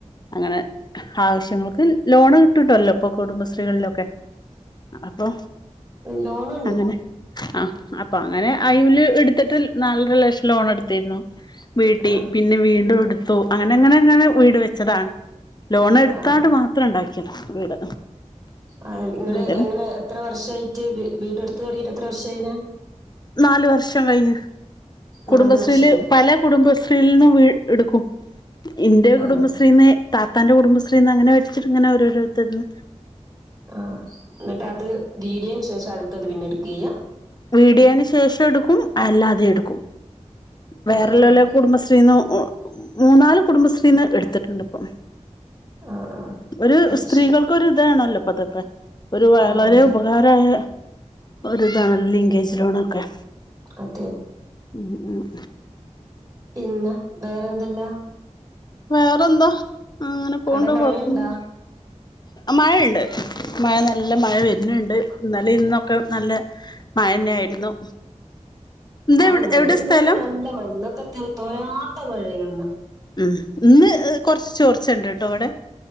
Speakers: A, on the left; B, on the right.
A: അങ്ങനെ ആവശ്യങ്ങക്ക് ലോണ് കിട്ടുട്ടല്ലോ ഇപ്പൊ കുടുംബശ്രീകളിലൊക്കെ അപ്പൊ
B: ലോൺ
A: അങ്ങനെ ആ അപ്പൊ അങ്ങനെ അയല് എടുത്ത് ത്ത്ട്ട് നാലര ലക്ഷം ലോൺ എടുത്തിരുന്നു. വീട്ടി
B: ആഹ്
A: പിന്നെ വീണ്ടും എടുത്തു അങ്ങനെ അങ്ങനെങ്ങനെ വീട് വെച്ചതാണ് ലോൺ എടുത്താണ്ട്
B: ആഹ്
A: മാത്രം ഉണ്ടാക്കിയ വീട്
B: ആ നിങ്ങള്
A: ഏതായാലും
B: എങ്ങനെ എത്ര വർഷയിട്ട് വീട് വീട്എട്ത്ത് തൊടങ്ങിട്ട് എത്ര വർഷആയിന്
A: നാലു വർഷം കഴിഞ്ഞ് കുടുംബശ്രീയില്
B: നാല് വർഷം
A: പല കുടുംബശ്രീൽ നിന്ന് എടുക്കും. ഇന്റെ
B: ആഹ്
A: കുടുംബശ്രീനെ താത്താന്റെ കുടുംബശ്രീന്ന് അങ്ങനെ വെടിച്ചിട്ട്ങ്ങനെ ഓരോത്തരുന്ന്
B: ആഹ് എന്നിട്ട് അത് വീടിയന് ശേഷം അടുത്തത് പിന്നെ എടുക്കുക ചെയ്യ
A: വീടിയേന് ശേഷം എടുക്കും അല്ലാതെ എടുക്കും വേറെല്ലോലെ
B: ആഹ് ആഹ്
A: കുടുംബശ്രീന്ന് മൂന്നാല് കുടുംബശ്രീന്ന് എടുത്തിട്ടുണ്ട് ഇപ്പം
B: ആഹ് ആഹ്
A: ഒരു
B: അത്
A: സ്ത്രീകൾക്കൊ
B: ശരി
A: ഇതാണല്ലോപ്പതൊക്കെ ഒരു വളരെ
B: ആഹ് അതെ
A: ഉപ കാരായ ഒരിതാണല്ല ലിങ്കേജ് ലോണൊക്കെ
B: അതെ
A: മം മം
B: പിന്നെ വേറെന്തല്ലാ
A: വേറെന്താ അങ്ങനെ പോണ്ട്
B: അവടെ മഴയുണ്ടാ
A: കൊഴപ്പൊന്നില്ല മഴയണ്ട്. മഴ നല്ല മഴ വരുന്നുണ്ട് ഇന്നാലിം ഇന്നൊക്കെ നല്ല മഴന്നെ ആയിരുന്നു എന്ത
B: ആ
A: എവിടെ
B: ഇന്നലെ
A: എവിടെ
B: ഇന്നൊക്കെ
A: സ്ഥലം
B: നല്ല <unintelligible> തോരാത്ത മഴയാന്ന്
A: ഉം ഇന്ന് കുറച്ച് ചോർച്ച ഉണ്ട് ട്ടോ ഇവിടെ